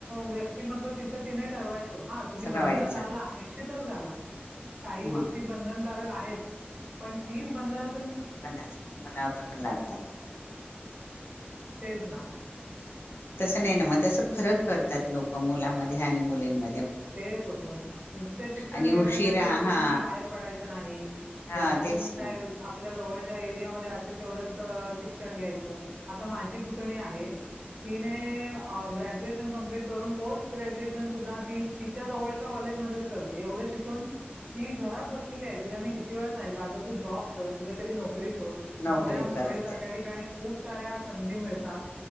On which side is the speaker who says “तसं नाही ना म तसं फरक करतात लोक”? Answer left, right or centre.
Left